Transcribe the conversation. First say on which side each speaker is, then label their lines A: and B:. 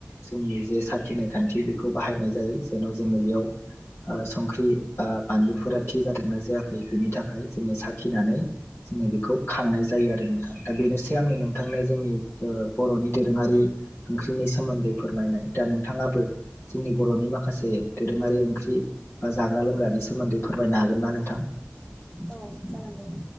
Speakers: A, on the left (about 70°); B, on the left (about 40°).
A: जोंनि जे साखिनाय खान्थि बेखौ बाहायनाय जायो। दा जोङो बेयाव संख्रि बा बानलुफोरा थि जादोंना जायाखै? बेनि थाखाय जोङो साखिनानै जोङो बेखौ खांनाय जा जायो आरो नोंथां। दा बेनोसै आंनि नोंथांनो जोंनि बर'नि दोरोङारि ओंख्रिनि सोमोन्दै फोरमायनाय‌। दा नोंथाङाबो जोंनि बर'नि माखासे दोरोङारि ओंख्रि बा जाग्रा लोंग्रानि सोमोन्दै फोरमायनो हागोन ना नोंथां?
B: औ जागोन दे।